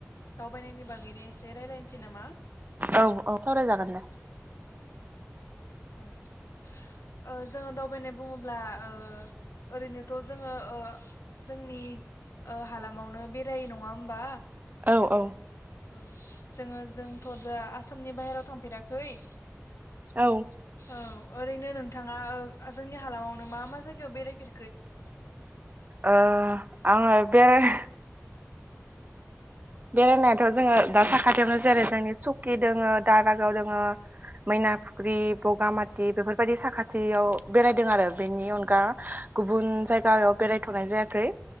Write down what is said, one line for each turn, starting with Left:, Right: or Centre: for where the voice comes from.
Left: दावबायनायनि बागैनो एसे रायलायनोसै नामा?
Right: औ औ सावरायजागोन दे।
Left: औ औ ओ जोङो दावबायनाय बुङोब्ला ओ ओरैनोथ' जोङो ओ जोंनि ओ हालामावनो बेरायो नङा होमबा?
Right: औ औ।
Left: औ जोङो जोंथ' दा आसामनि बाहेराव थांफेराखै।
Right: औ।
Left: औ ओरैनो नोंथाङा जोंनि हालामावनो मा मा जायगायाव बेरायफेर
Right: ओ आं बेराय बेरायनायाथ' जोङो दा साखाथियावनो जेरै जोंनि सुकि दोङो दारागाव दोङो मैना फुख्रि बगामाथि बेफोरबायदि साखाथियाव बेरायदों आरो बेनि अनगा गुबुन
Left: औ
Right: जायगायाव बेरायथ'नाय जाया खै।